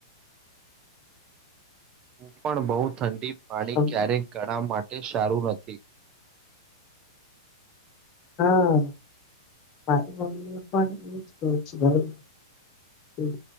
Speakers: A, on the right; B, on the left.
A: હું પણ બહુ ઠંડી પાણી
B: હમ,
A: ક્યારેક ગળા માટે એ સારું નથી.
B: હા મારી મમ્મી પણ એું જ ક છે. હમ